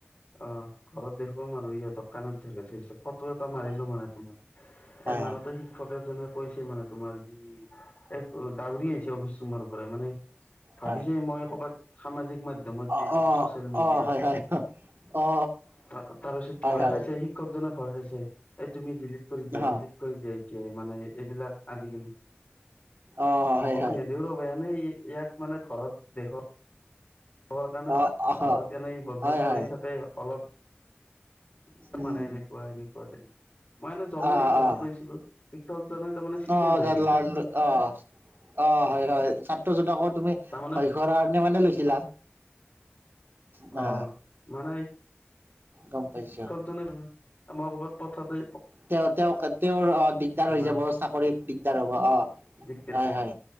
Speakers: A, on the left; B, on the right.
A: অ', ঘৰত দেখ। ম আৰু ইহঁতক কণত ধৰি ধৰিছে ফটো এটা মাৰিলো
B: হয়
A: মানে তোমাৰ। এমাৰোতে
B: হয়
A: শিক্ষক এজনে। কৈছে মানে তোমাৰ যি এক দউৰি আহিছে অফিচ ৰুমৰ পৰা মানে। ভাবিছে
B: হয়
A: মই ক'ৰবাত সামাজিক। মাধ্যম দি
B: অ
A: দিম
B: অ
A: চচিয়ল মিডিয়াত
B: অ হয় হয় অ
A: তা তাৰপিছত
B: হয়
A: ভয়
B: হয়
A: খাইছে হি। ক্ষকজনৰ ভয় হৈছে এ তুমি ডিলিট কৰি দিয়া
B: হা
A: ডিলিট কৰি দিয়া এতিয়া মানে এইবিলাক। আজিকালি
B: অ হয়
A: মই কলো
B: হয়
A: নিদিও ৰব এনে ইয়াক মানে ঘৰত দেখ। <inaudible> কাৰণে
B: অ আহ
A: ঘৰত এনেই বদমাছ
B: হয় হয়
A: কৰি থাকে অলপ। মানে
B: উম
A: এনেকুৱা এনেকুৱা তেনেকুৱা মই এনে জমনি
B: আহ
A: হিচাপত
B: আহ
A: লৈছিলো। শিক্ষকজনে। তাৰমানে চিৰিয়াছ
B: অ',
A: হৈ গৈছে
B: <unintelligible> অ'। অ', হয় হয় ছাত্ৰজনাকো তুমি
A: তাৰমানে
B: ভয় খোৱাৰ কাৰণে মানে লৈছিলা। বা
A: অ মানে
B: গম পাইছো।
A: <inaudible> আমাৰ ক'ৰবাত পথাতে
B: তেওঁ তেওঁক তেওঁৰ অ', দিগদাৰ
A: তোমাৰ
B: হৈ যাব চাকৰিত দিগদাৰ হব অ'।
A: দিগদাৰ
B: হয় হয়